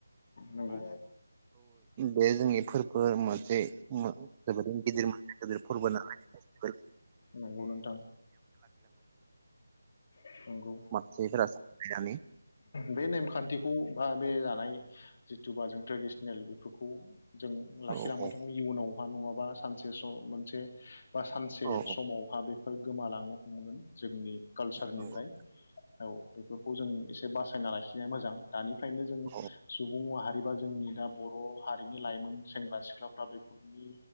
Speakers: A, on the left (about 45°); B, on the right (about 20°).
A: नंगौ
B: बे जोंनि फोरबो मोनसे माब गिदिर मा गिदिर फोरबो नालाय फोर
A: नंगौ नोंथां नंगौ
B: मान्सिफोरा सानलाय नानै
A: बे नेमखान्थिखौ बा बे जानाय जिथुबा जों ट्रेडिसनेल बेफोरखौ जों लाखिलांबाय
B: औ औ
A: थाङो इयुनाव अहा नङाबा सानसे सम मोनसे बा सानसे
B: औ औ
A: समावहा बे फोर गोमालांनो हमगोन जोंनि कालसारनिफ्राय
B: नंगौ
A: औ। बेफोरखौ जों एसे बासायना लाखिनाया मोजां। दानिफ्रायनो जों
B: औ
A: सुबुं माहारि बैबा जोंनि दा बर' हारिनि लाइमोन सेंग्रा सिख्लाफ्रा बेफोरनि